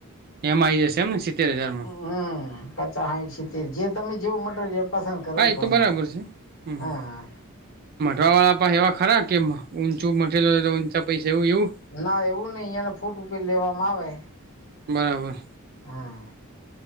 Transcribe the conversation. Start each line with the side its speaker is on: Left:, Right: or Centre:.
Right: એમાં આઈ જશે એમને સિત્તેર હજારમાં.
Left: હમ પચાસ સાઠ સિત્તેર જે તમે જેવું મટેરિયલ પસંદ કરો
Right: હા
Left: એ પ્રમાણે.
Right: તો બરાબર હમ.
Left: હા
Right: મટવા વાળા પછા એવા ખરા કે ઊંચું મટીરિયલ હોય તો ઊંચા પૈસા એવું ખરું
Left: ના એવું નઈ એને ફૂટ ઉપર લેવામાં આવે.
Right: બરાબર.
Left: હા